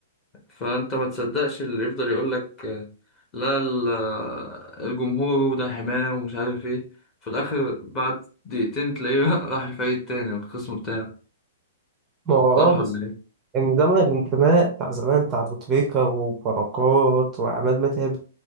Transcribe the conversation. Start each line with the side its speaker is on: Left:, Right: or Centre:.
Left: فأنت ما تصدقش اللي يفضل يقول لك آه، لا ال- آه، الجمهور وده حماه ومش عارف ايه في الآخر بعد دقيقتين تلاقيه <laughs> راح الفريق التاني الخصم بتاعه
Right: ما هو
Left: صح
Right: اه بس
Left: ولا ايه؟
Right: يعني زمن الانتماء بتاع زمان بتاع ابو تريكة وبركات وعماد متعب